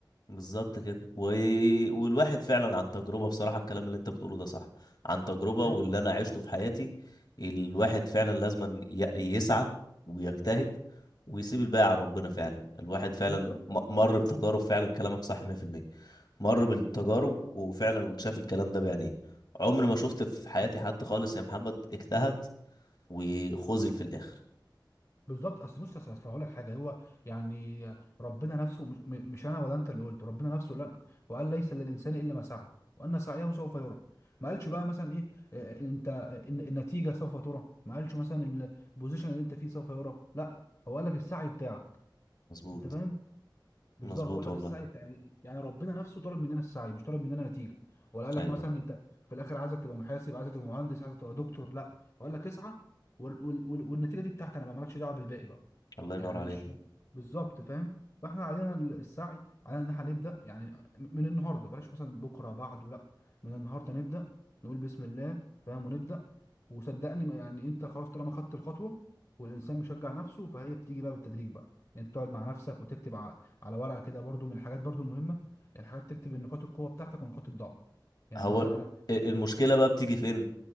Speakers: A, on the left; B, on the left.
A: بالظبط كده و... والواحد فعلا عن تجربة بصراحة الكلام اللي انت بتقوله ده صح عن تجربة
B: أيوة،
A: واللي انا عشته في حياتي الواحد فعلا لازم ي... يسعى ويجتهد ويسيب الباقي على ربنا فعلا الواحد فعلا
B: بالظبط
A: م- مر بتجارب فعلا كلامك صح 100% مر بالتجارب وفعلا شاف الكلام ده بعينيه عمري ما شفت في حياتي
B: أيوة.
A: حد خالص يا محمد اجتهد وخذل في الاخر
B: بالظبط اصل بص اصل أصل هقول لك حاجه هو يعني ربنا نفسه مش, م- مش انا ولا انت اللي قلت ربنا نفسه لا وقال ليس للانسان الا ما سعى وان سعيه سوف يرى ما قالش بقى مثلا ايه آه، انت آه، الن- النتيجه سوف ترى ما قالش مثلا ال- البوزيشن اللي انت فيه سوف يرى لا هو قال لك السعي بتاعك
A: مظبوط
B: انت فاهم بالظبط
A: مظبوط
B: هو قال لك
A: والله
B: السعي بتاعي يعني يعني ربنا نفسه طلب مننا السعي مش طلب مننا نتيجه ولا قال لك
A: ايوه
B: مثلا انت في الاخر عايزك تبقى محاسب عايزك تبقى مهندس عايزك تبقى دكتور لا هو قال لك اسعى وال- وال- وال- والنتيجه دي بتاعتي انا ما مالكش دعوه بالباقي بقى
A: الله ينور
B: يعني
A: عليك
B: مش بالظبط فاهم فاحنا علينا السعي علينا ان احنا نبدا يعني من النهارده بلاش مثلا بكره بعده لا من النهارده نبدا نقول بسم الله فاهم ونبدا وصدقني ما- يعني انت خلاص طالما خدت الخطوه والانسان بيشجع نفسه فهي بتيجي بقى بالتدريج بقى يعني انت تقعد مع نفسك وتكتب ع- على ورقه كده برضو من الحاجات برضو المهمه الحاجات تكتب النقاط القوه بتاعتك ونقاط الضعف يعني
A: هو
B: مثلا انا
A: المشكلة بقى بتيجي فين؟